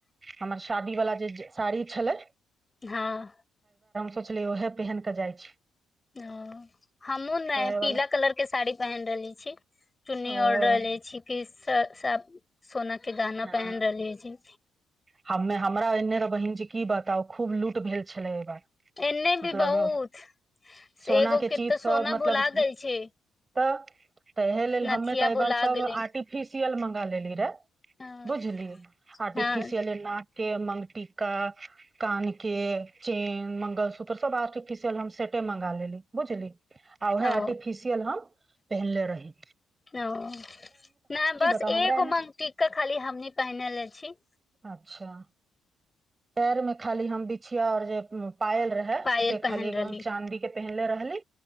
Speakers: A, on the right (about 30°); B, on the left (about 20°).
A: हमर शादी वलाा जे। साड़ी छलै।
B: हँ।
A: सोचलियै उएहे पहिनक केऽ जाइ छै।
B: ओ हमँ ने
A: ओहे वाला
B: पीला कलर के साड़ी। पहन रहली छी चुन्नी
A: ओ
B: और रहले छी फिर। स स सोना। के दाना
A: हँ
B: पहन रहली छी।
A: हमे हमरा एने रऽ बहिन जे की बताउ खूब लूट भेल छलै एहि बार।
B: एने
A: मतलब
B: भी बहुत
A: सोना
B: एगो के
A: चीज
B: तऽ सोना
A: सब मतलब
B: भुला देल छै।
A: तऽ। तऽ एहि लेल
B: नथिया
A: हमे तऽ एहिार
B: भुला
A: सभ
B: गेलै
A: आर्टिफिस। सियल मंगा लेली रे।
B: हँ
A: बुझली आर्टिफिसियल
B: हँ
A: न। के मंगटा कान के चेन मंगलसूत्र सब आर्टिफिशियल। सेटे मंगा लेली बुझली आ ओहे
B: ओ
A: आर्टिफिसियल हम। पेहेन रहि।
B: ओ नहि बस
A: बताउ
B: ए
A: हमरा
B: गो
A: एन्ने
B: मांगटीका। के खाली हमनी पहिनेले छी।
A: अच्छा पैर मे खाली हम बिछिया रहे जे। पायल रहे
B: पायल
A: से
B: पहिन
A: खाली एगो
B: रहली
A: हम चादी के पहनले रहली